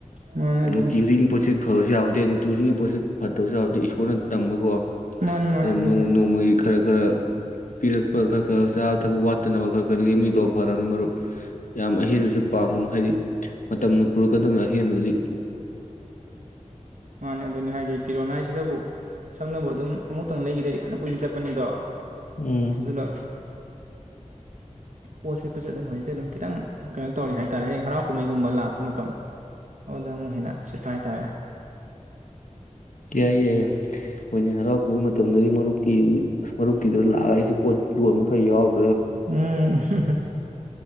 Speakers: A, on the right (about 75°); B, on the left (about 85°).
A: ꯃꯥꯅꯦ ꯑꯗꯨꯅꯤ
B: ꯅꯨꯡꯇꯤ ꯈꯨꯗꯤꯡꯒꯤ ꯄꯣꯠꯁꯤꯠ ꯐꯕꯁꯨ ꯌꯥꯕ ꯅꯠꯇꯦ ꯇꯨꯔꯤꯁꯟꯒꯤ ꯄꯣꯠꯁꯤ ꯐꯠꯇꯕꯁꯨ ꯌꯥꯎꯔꯗꯗꯤ ꯏꯁꯣꯔꯅ ꯇꯝꯕꯀꯣ
A: ꯃꯥꯅꯤ ꯃꯥꯅꯤ
B: ꯑꯗꯨꯝ
A: ꯑꯗꯨꯅꯤ
B: ꯅꯣꯡꯃ ꯅꯣꯡꯃꯒꯤ ꯈꯔ ꯈꯔ ꯄꯤꯔꯛꯄ ꯈꯔ ꯈꯔ ꯆꯥꯕ ꯊꯛꯄ ꯋꯥꯠꯇꯅꯕ ꯈꯔ ꯈꯔ ꯂꯦꯝꯃꯤꯗꯣ ꯐꯅꯤ ꯃꯔꯨꯞ ꯌꯥꯝ ꯑꯍꯦꯟꯕꯁꯨ ꯄꯥꯝꯝꯕꯅꯨ ꯍꯥꯏꯗꯤ ꯃꯇꯝꯅ ꯄꯨꯔꯛꯀꯗꯕꯅꯤ ꯑꯍꯦꯟꯕꯗꯗꯤ
A: ꯃꯥꯅꯦ ꯑꯗꯨꯅꯦ ꯍꯥꯏꯗꯤ ꯐꯤꯔꯣꯟ ꯍꯥꯏꯁꯤꯗꯕꯨ ꯁꯝꯅꯕꯨ ꯑꯗꯨꯝ ꯑꯃꯨꯛꯇꯪ ꯂꯩꯈꯤꯗꯗꯤ ꯄꯨꯟꯅ ꯀꯨꯏꯅ ꯆꯠꯄꯅꯤꯗꯣ
B: ꯎꯝ
A: ꯑꯗꯨꯅ ꯄꯣꯠ ꯁꯤꯠꯄꯁꯨ ꯑꯗꯨꯝ ꯍꯧꯖꯤꯛꯇꯤ ꯑꯗꯨꯝ ꯈꯤꯇꯪ ꯀꯩꯅꯣ ꯇꯧꯔꯤ ꯍꯥꯏ ꯇꯔꯦ ꯍꯌꯦꯡ ꯍꯔꯥꯎ ꯀꯨꯝꯍꯩꯒꯨꯝꯕ ꯂꯥꯛꯄ ꯃꯇꯝ ꯑꯗꯨꯗ ꯑꯃꯨꯛ ꯍꯦꯟꯅ ꯁꯤꯠꯄ ꯍꯥꯏ ꯇꯥꯔꯦ
B: ꯌꯥꯏ ꯌꯥꯏ ꯍꯣꯏꯅꯦ ꯍꯔꯥꯎ ꯀꯨꯍꯩ ꯃꯇꯝꯗꯗꯤ ꯃꯔꯨꯞꯀꯤ ꯃꯔꯨꯞꯀꯤꯗꯨ ꯂꯥꯛꯑꯒ ꯑꯩꯁꯨ ꯄꯣꯠ ꯌꯣꯟꯕ ꯈꯔ ꯌꯥꯎꯕ
A: ꯎꯝ <unintelligible>